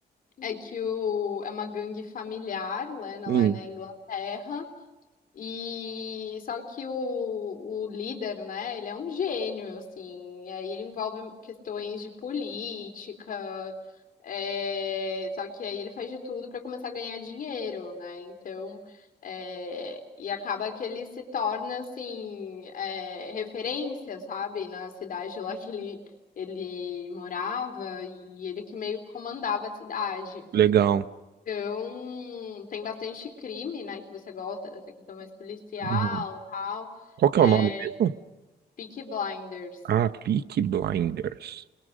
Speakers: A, on the left (about 50°); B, on the right (about 70°).
A: é que o, é uma gangue familiar, né, na-
B: Hum,
A: lá na Inglaterra. E só que o, o líder, né, ele é um gênio, assim, e aí ele envolve questões de política, é, só que aí ele faz de tudo para começar a ganhar dinheiro, né? Então, é, e acaba que ele se torna assim, é, referência, sabe, na cidade <laughs> lá que ele, ele morava, e ele que meio que comandava a cidade.
B: legal.
A: Então, tem bastante crime, né, que você gosta dessa questão mais policial,
B: Uhum.
A: tal.
B: Qual que
A: É,
B: é o nome mesmo?
A: Peaky Blinders,
B: Ah, Peaky Blinders.